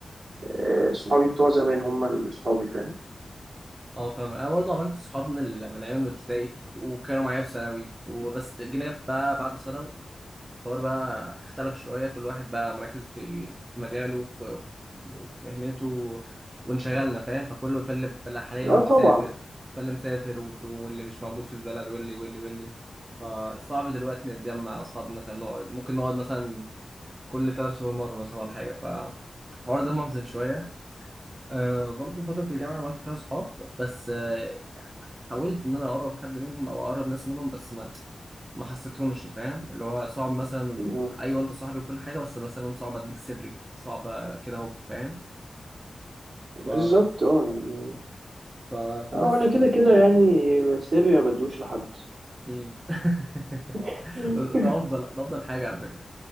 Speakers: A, on the right; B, on the right.
A: آه، صحابي بتوع زمان هم اللي صحابي فاهم
B: اه فاهم انا برضه عملت صحاب من ال... من ايام الابتدائي وكانوا معايا في ثانوي وبس جينا بقى بعد ثانوي الحوار بقى اختلف شوية كل واحد بقى مركز في في مجاله في في مهنته وانشغلنا فاهم فكله فاللي فاللي حاليا
A: اه
B: مسافر
A: طبعا
B: فاللي مسافر وف- واللي مش موجود في البلد واللي واللي واللي فصعب دلوقتي نتجمع أو صعب مثلا نقعد ممكن نقعد مثلا كل ثلاث شهور مرة مثلا ولا حاجة فالحوار ده محزن شوية أه برضه فترة الجامعة عملت فيها صحاب بس أه حاولت إن أنا أقرب حد منهم أو أقرب ناس منهم بس ما حسيتهمش فاهم اللي هو صعب مثلا
A: م،
B: ايوه انت صاحبي وكل حاجه بس مثلا صعب اديك سري صعب كده اهو فاهم ف...
A: بالظبط اه يعني
B: ف... فبس
A: اه وانا كده كده يعني سري ما بدوش لحد
B: مم. <laughs>
A: <laughs>
B: ده ده افضل ده افضل حاجه على فكره